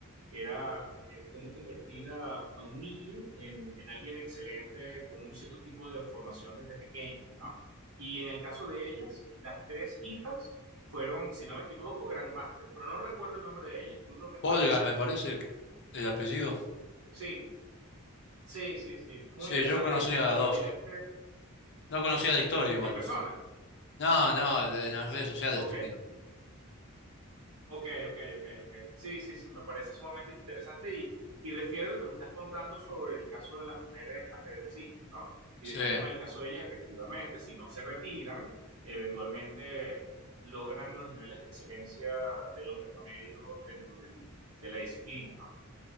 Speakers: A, on the right; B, on the left.
A: era eh, cómo convertir a, a un niño en, en alguien excelente con un cierto tipo de formación desde pequeño, ¿no? Y en el caso de ellas, las tres hijas fueron, si no me equivoco, Grandmaster, pero no recuerdo el nombre de ellas, ¿tú lo recuerdas?
B: Polgar, me parece, el apellido.
A: Sí, sí, sí, sí, muy
B: Sí,
A: interesante
B: yo conocía
A: y, y
B: a dos.
A: pertinente
B: No conocía la historia igual,
A: en persona.
B: pero. No, no, de- en las redes sociales
A: Ok,
B: tenía.
A: Ok, ok, ok, ok. Sí, sí, sí, me parece sumamente interesante y, y refiere a lo que me estás contando sobre el caso de las mujeres ajedrecistas, ¿no? Y
B: Sí,
A: de cómo en el caso de ellas, efectivamente, si no se retiran, eventualmente logran los niveles de excelencia del hombre promedio dentro del- de la disciplina, ¿no?